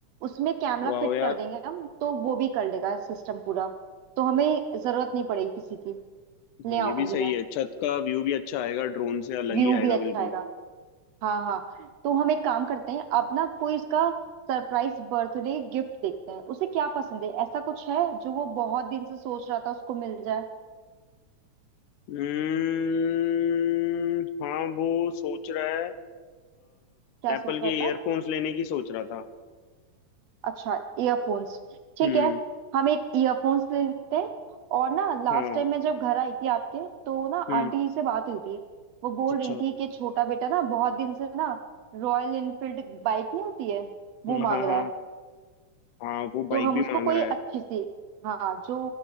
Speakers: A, on the right (about 70°); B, on the left (about 80°).
A: उसमें कैमरा
B: वाह
A: फिट
B: यार
A: कर देंगे हम तो वो भी कर लेगा सिस्टम पूरा तो हमें जरूरत नहीं पड़ेगी किसी की
B: हाँ
A: ले
B: ये
A: आऊंगी
B: भी सही
A: मैं
B: है छत का व्यू भी अच्छा आएगा ड्रोन से अलग
A: व्यू
B: ही
A: भी
B: आएगा
A: अच्छा
B: बिल्कुल
A: आएगा हाँ हाँ तो हम एक काम करते हैं अब ना कोई इसका सरप्राइज बर्थडे गिफ्ट देखते हैं उसे क्या पसंद है ऐसा कुछ है जो वो बहुत दिन से सोच रहा था उसको मिल जाए
B: हम्म हाँ वो सोच रहा है
A: क्या
B: एप्पल
A: सोच
B: के
A: रहा था
B: ईयरफोन्स लेने की सोच रहा था
A: अच्छा ईयरफोन्स ठीक
B: हम्म
A: है हम एक ईयरफोन्स ले लेते हैं और ना लास्ट
B: हाँ
A: टाइम मैं जब घर आई थी आपके तो ना
B: हम्म
A: आंटी जी से बात हुई थी वो बोल
B: अच्छा
A: रही थी कि छोटा बेटा ना बहुत दिन से ना रॉयल इनफील्ड बाइक नहीं होती है वो
B: हाँ
A: मांग
B: हाँ
A: रहा
B: हाँ
A: है
B: हाँ वो बाइक
A: तो हम
B: भी
A: उसको
B: मांग
A: कोई
B: रहा
A: अच्छी
B: है
A: सी हाँ जो